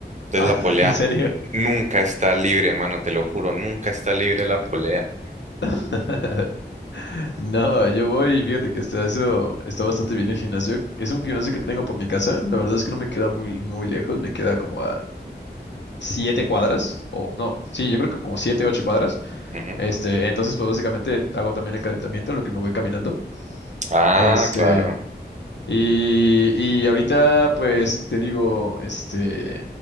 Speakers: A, on the right; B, on the left.
A: Entonces
B: Ah,
A: la polea
B: ¿en serio?
A: nunca está libre, mano, te lo juro, nunca está libre la polea.
B: <laughs> No, yo voy, fíjate que está, eso está bastante bien el gimnasio. Es un gimnasio que tengo por mi casa. La verdad es que no me queda muy, muy lejos, me queda como a siete cuadras, o no, sí, yo creo que como siete, ocho cuadras.
A: Ujú.
B: Este, entonces, pues básicamente hago también el calentamiento en lo que me voy caminando.
A: Ah,
B: Este,
A: claro.
B: Y, y ahorita, pues, te digo, este,